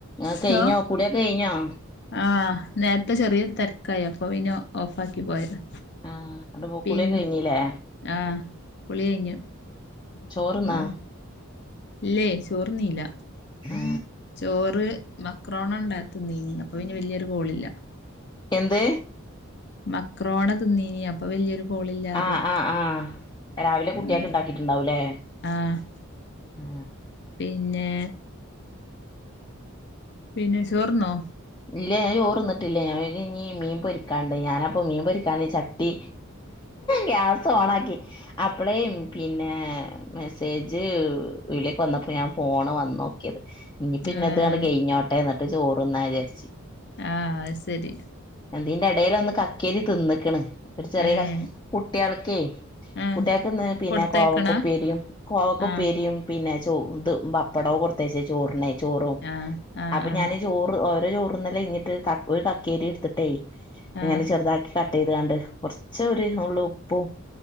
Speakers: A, on the left; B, on the left.
A: ആഹ് കഴിഞ്ഞോ
B: hello
A: കുളിയൊക്കെ കഴിഞ്ഞോ
B: ആഹ് നേരത്തെ ചെറിയൊരു തെരക്കായി. അപ്പൊ പിന്നെ ഓഫാക്കി പോയതാ.
A: ആ അടെ
B: പിന്ന
A: കുളിയൊക്കെ കഴിഞ്ഞില്ലേ
B: ആഹ് കുളി കഴിഞ്ഞു.
A: ചോറ്ന്നാ
B: ആഹ് ഇല്ലേ ചോറ് ന്നീല.
A: ആ
B: ചോറ് മക്രോണ ണ്ടാ തിന്നീനി അപ്പോ ഇനി വല്യൊരു കോളില്ല
A: എന്ത്
B: മക്രോണ തിന്നീനി അപ്പൊ വല്യൊരു കോളില്ലാറിയ
A: ആ ആ ആ രാവിലെ കുട്ടിയക്ക്
B: ആഹ്
A: ഉണ്ടാക്കിട്ടുണ്ടാവൂലേ
B: ആഹ്
A: ആ
B: പിന്നാ പിന്നെ ചോർന്നോ
A: ഇല്ല ഞാൻ ചോറ്ന്നട്ടില്ല ഞാ വിചാരിചിനി മീൻ പൊരിക്കാണ്ട് ഞാനപ്പം മീൻ പൊരിക്കാന് ചട്ടി ഗ്യാസോണാക്കി അപ്പളേയും പിന്നാ മെസ്സേജ് വിളി വന്നപ്പോ ഞാൻ ഫോണ് വന്നോക്കിയത് ഇനി പിന്നത്താണ്ട്
B: ഏഹ്
A: കഴിഞ്ഞോട്ടെ എന്നിട്ട് ചോറ്ന്നാ വിചാരിച്ച്
B: ആഹ് അത് ശരി
A: അതിന്റെടേൽ ഒന്ന് കക്കിരി തിന്ന്ക്ക്ണ് ഒരു ചെറിയ
B: ഏഹ്
A: കഷ് കുട്ട്യാൾക്കെ
B: ആഹ്
A: കുട്ട്യാൾക്ക്ന്ന് പിന്നെ
B: കൊടുത്തയക്കണ
A: കോവക്കുപ്പേരിയും കോവക്കുപ്പേരിയും
B: ആഹ്
A: പിന്നെ ചോ ത് പപ്പടവും കൊടുത്തയച്ചേ ചോറിനെ ചോറും
B: ആഹ് ആഹ്
A: അപ്പൊ ഞാന്
B: ആഹ്
A: ചോറ് ഓര ചോറ്ന്നലഴിഞ്ഞിട്ട് കക്കു ഒരു കക്കേരിടുത്തിട്ടേ
B: ആഹ്
A: ഇങ്ങനെ ചെറുതാക്കി കട്ടെയ്താണ്ട് കൊറച്ചൊര് നുള്ള് ഉപ്പും